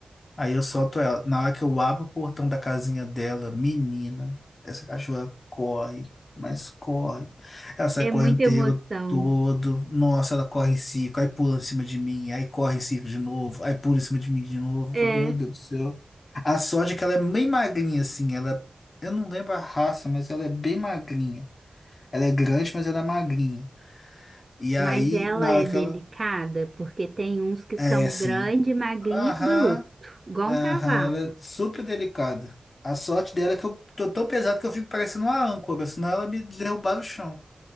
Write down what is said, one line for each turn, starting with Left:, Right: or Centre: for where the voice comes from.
Left: Aí eu solto ela. Na hora que eu abro o portão da casinha dela, menina, essa cachorra corre, mas corre. Ela sai
Right: É
Left: correndo
Right: muita
Left: o terreiro
Right: emoção.
Left: todo. Nossa, ela corre em circo, aí pula em cima de mim, aí corre em circo de novo, aí pula em cima de mim de novo.
Right: É,
Left: Eu falo, meu Deus do céu. A sorte é que ela é bem magrinha, assim. Ela, eu não lembro a raça, mas ela é bem magrinha. Ela é grande, mas ela é magrinha. E aí,
Right: mas ela
Left: na
Right: é
Left: hora
Right: delicada
Left: que ela.
Right: porque tem uns que
Left: É,
Right: são
Left: sim.
Right: grande, magrinho
Left: Aham.
Right: e bruto, igual
Left: Aham,
Right: um cavalo.
Left: ela é super delicada. A sorte dela é que eu tô tão pesado que eu fico parecendo uma âncora, senão ela me derrubar no chão.